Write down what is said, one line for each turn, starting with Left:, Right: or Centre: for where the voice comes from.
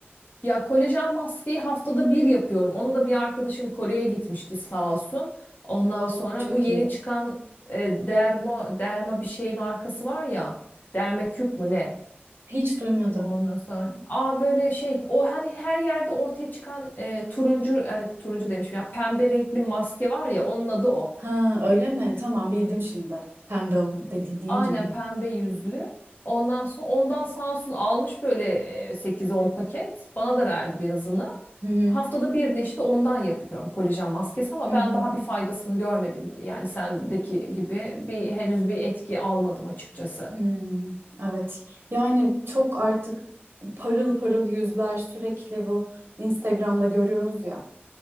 Left: Ya kolajen maskeyi haftada bir yapıyorum. Onu da bir arkadaşım Kore'ye gitmişti sağ olsun. Ondan
Right: Oo,
Left: sonra
Right: çok
Left: bu yeni
Right: iyi.
Left: çıkan e, derma derma bir şey markası var ya. Dermacube mu ne?
Right: Hiç duymadım.
Left: Ondan sonra. Aa böyle şey o hani her yerde ortaya çıkan e, turuncu e, turuncu demişim ya pembe renkli maske var ya onun adı o.
Right: Ha öyle mi? Tamam bildim şimdi. Pembe ol dedi deyince
Left: Aynen
Right: bildim.
Left: pembe yüzlü. Ondan sonra ondan sağ olsun almış böyle e, 8-10 paket. Bana da verdi birazını.
Right: Hı hı.
Left: Haftada bir de işte ondan yapıyorum kolajen maskesi ama
Right: Hı
Left: ben
Right: hı.
Left: daha bir faydasını görmedim. Yani sendeki gibi bir henüz bir etki almadım açıkçası.
Right: Hmm, evet. Yani çok artık parıl parıl yüzler sürekli bu Instagram'da görüyoruz ya.